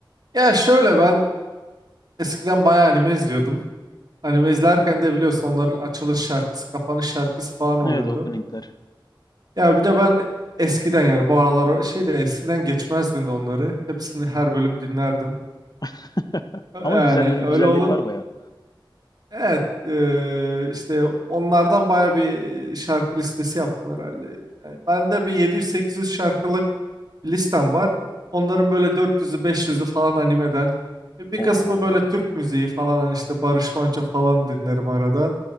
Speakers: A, on the right; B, on the left.
A: Ya şöyle ben eskiden bayağı anime izliyordum. Anime izlerken de biliyorsun onların açılış şarkısı, kapanış şarkısı falan oluyordu.
B: Evet openingler.
A: Ya bir de ben eskiden yani bu aralar şey de eskiden geçmezdim de onları. Hepsini her bölüm dinlerdim.
B: <laughs>
A: Yani
B: Ama güzelleri,
A: öyle
B: güzelleri
A: olun.
B: var baya.
A: Evet eee, işte onlardan bayağı bir şarkı listesi yaptım herhalde. Yani ben de bir 700-800 şarkılık listem var. Onların böyle dört yüzü, beş yüzü falan animeden. Bir
B: Oo,
A: kısmı böyle Türk müziği falan hani işte Barış Manço falan dinlerim arada.